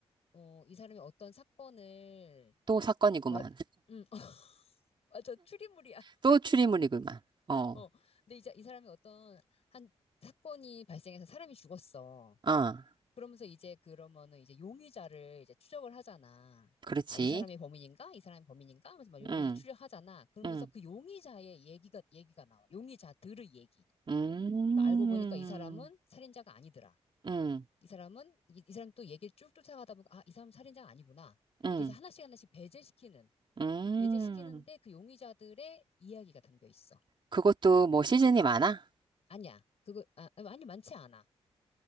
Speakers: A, on the left (about 60°); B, on the right (about 45°).
A: 어, 이 사람이 어떤 사건을,
B: 또 사건이구만.
A: 말, 음, <laughs> 맞아, 추리물이야.
B: 또 추리물이구만. 어,
A: 어, 근데 이제 이 사람이 어떤 한 사건이 발생해서 사람이 죽었어.
B: 아,
A: 그러면서 이제 그러면은 이제 용의자를 이제 추적을 하잖아.
B: 그렇지.
A: 아, 이 사람이 범인인가? 이 사람이 범인인가? 하면서 막 용의자
B: 응
A: 추적하잖아. 그러면서
B: 응
A: 그 용의자의 얘기가, 얘기가 나와. 용의자들의 얘기.
B: 음,
A: 그러니까 알고 보니까 이 사람은 살인자가 아니더라.
B: 응
A: 이 사람은 이, 이 사람 또 얘기를 쭉 쫓아가다 보니까 아, 이 사람 살인자가 아니구나.
B: 응
A: 이렇게 이제 하나씩 하나씩 배제시키는
B: 음.
A: 배제시키는데 그 용의자들의 이야기가 담겨 있어.
B: 그것도 뭐 시즌이 많아?
A: 아니야. 그거 아, 아니 많지 않아.